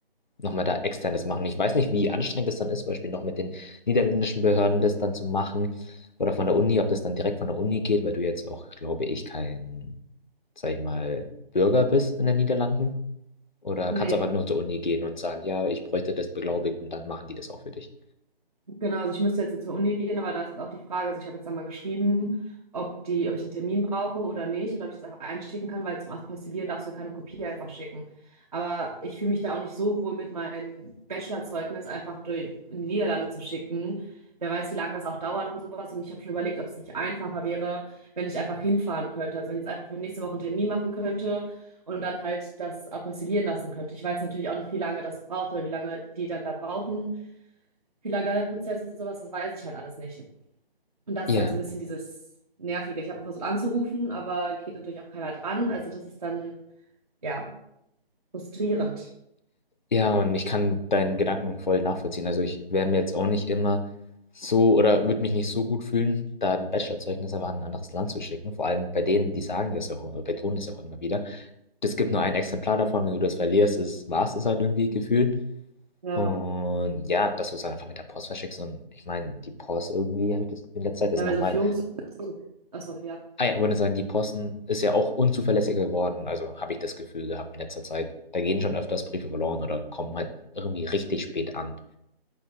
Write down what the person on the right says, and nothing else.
Nee.
Genau, also ich müsste jetzt, zur Uni gehen, aber da ist jetzt auch die Frage, also ich habe jetzt einmal geschrieben, ob die, ob ich einen Termin brauche oder nicht, oder ob ich das einfach einschicken kann, weil zum Aspergillieren darfst du ja keine Kopie einfach schicken. Aber ich fühle mich da auch nicht so wohl mit meinem Bachelorzeugnis einfach durch, in die Niederlande zu schicken. Wer weiß, wie lange das auch dauert und sowas. Und ich habe schon überlegt, ob es nicht einfacher wäre, wenn ich einfach hinfahren könnte. Also wenn ich jetzt einfach für nächste Woche einen Termin machen könnte und dann halt das apostillieren lassen könnte. Ich weiß natürlich auch nicht, wie lange das braucht oder wie lange die dann da brauchen wie lang da der Prozess ist und sowas, das weiß ich halt alles nicht. Und das
ist halt so ein bisschen dieses Nervige. Ich habe auch versucht anzurufen, aber geht natürlich auch keiner dran. Also das ist dann, ja, frustrierend.
Ja,
ja
weil so Führungs... Oh, sorry, ja.